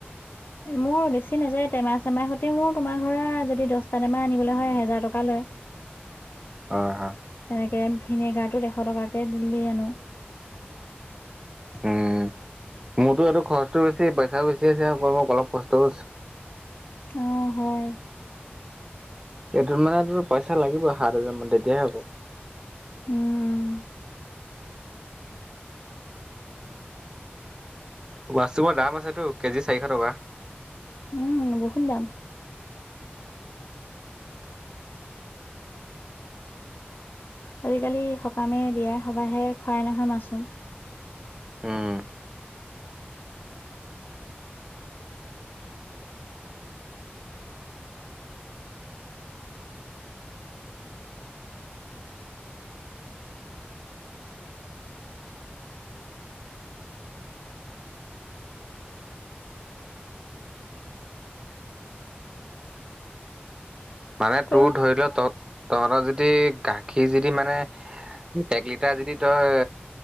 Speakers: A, on the left (about 60°); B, on the right (about 20°).
A: মোৰ বেছি নাযায়, টেমাই চেমাহ সৈতে মোৰ তোমাৰ ধৰা যদি দছটা টেমা আনিবলৈ হয় এহেজাৰ টকা লয়।
B: হয় হয়।
A: এনেকে ভিনেগাৰটোত এশ টকাকে দিলি আনো।
B: উম, মোৰতো এইটো খৰচটো বেছি, পইচাও বেছি আছে, ওপৰৰ পৰা অলপ কষ্টও আছে।
A: অ' হয়।
B: এইটোত মানে তোৰ পইচা লাগিব, সাত হাজাৰ মান তেতিয়াহে হ'ব।
A: উম।
B: মাচৰুমৰ দাম আছেতো, কেজি চাৰিশ টকা।
A: উম, বহুত দাম। আজিকালি সকামে, বিয়াই, সভাহে খুৱাই নহয় মাচৰুম।
B: উম, মানে
A: ক
B: তোৰ ধৰি লোৱা তত তহঁতৰ যদি গাখীৰ যদি মানে এক লিটাৰ যদি তই,